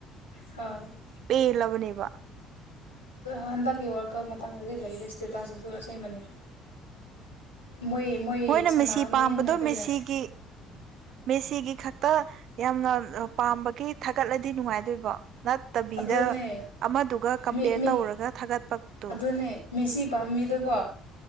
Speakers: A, on the left; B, on the right.
A: <unintelligible>
B: ꯄꯦꯜꯂꯕꯅꯤꯕ
A: ꯍꯟꯗꯛꯀꯤ ꯋꯥꯔꯜ ꯀꯞ ꯃꯇꯥꯡꯗꯗꯤ ꯂꯩꯔꯦ ꯏꯁꯇꯦꯇꯁꯤꯁꯨ ꯑꯁꯦꯡꯕꯅꯦ ꯃꯣꯏ ꯃꯣꯏ
B: ꯃꯣꯏꯅ
A: ꯁꯥꯟꯅꯑꯝꯃꯤ
B: ꯃꯦꯁꯤ ꯄꯥꯝꯕꯗꯣ
A: ꯍꯦꯟꯅ ꯑꯩꯈꯣꯏꯅ
B: ꯃꯦꯁꯤꯒꯤ ꯃꯦꯁꯤꯒꯤ ꯈꯛꯇ ꯌꯥꯝꯅ ꯄꯥꯝꯕꯒꯤ ꯊꯥꯒꯠꯂꯗꯤ ꯅꯨꯡꯉꯥꯏꯗꯣꯏꯕꯣ ꯅꯠꯇꯕꯤꯗ
A: ꯑꯗꯨꯅꯦ
B: ꯑꯃꯗꯨꯒ ꯀꯝꯄꯦꯌꯔ
A: ꯃꯤ ꯃꯤ
B: ꯇꯧꯔꯒ ꯊꯥꯒꯠꯄꯗꯨ
A: ꯑꯗꯨꯅꯦ ꯃꯦꯁꯤ ꯄꯥꯝꯃꯤꯗꯣꯀꯣ